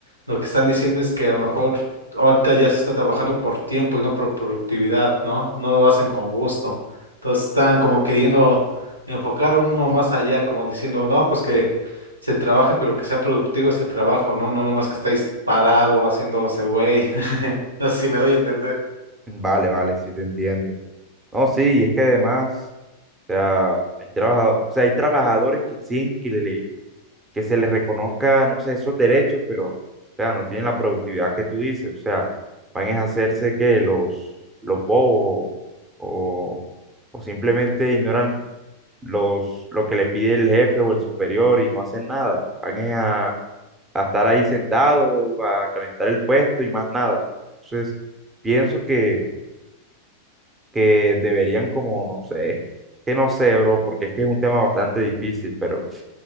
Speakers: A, on the right; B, on the right.
A: lo que están diciendo es que a lo mejor ahorita ya se está trabajando por tiempo y no por productividad, ¿no? No lo hacen con gusto. Entonces, están como queriendo enfocar uno más allá, como diciendo, no, pues que se trabaje, pero que sea productivo ese trabajo, ¿no? No nomás que estáis parado haciéndose güey. <laughs> No sé si me doy a entender.
B: Vale, vale, sí te entiendo. No, sí, y es que además, o sea, hay trabajado- o sea, hay trabajadores que exigen que, le, que se les reconozca, no sé, esos derechos, pero, o sea, no tienen la productividad que tú dices, o sea, van a hacerse que los, los bobos o, o o simplemente ignoran los, lo que le pide el jefe o el superior y no hacen nada. Van es a, a estar ahí sentados, a calentar el puesto y más nada. Entonces, pienso que, que deberían como, no sé, que no sé, bro, porque es que es un tema bastante difícil, pero,